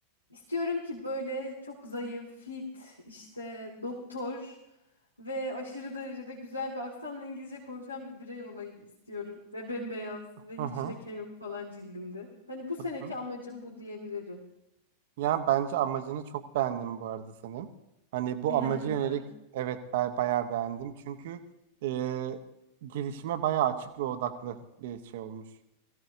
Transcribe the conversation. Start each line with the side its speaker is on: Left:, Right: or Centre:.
Left: istiyorum ki böyle çok zayıf, fit, işte doktor ve aşırı derecede güzel bir aksanla İngilizce konuşan bir birey olayım istiyorum. Ve bembeyaz ve
Right: hı
Left: hiç
Right: hı.
Left: leke yok falan cildimde. Hani bu seneki
Right: hı hı.
Left: amacım bu diyebilirim.
Right: Yani bence amacını çok beğendim bu arada senin. Hani bu
Left: Beğendin
Right: amaca yönelik
Left: mi?
Right: evet ben bayağı beğendim. Çünkü e, gelişime bayağı açık ve odaklı bir şey olmuş.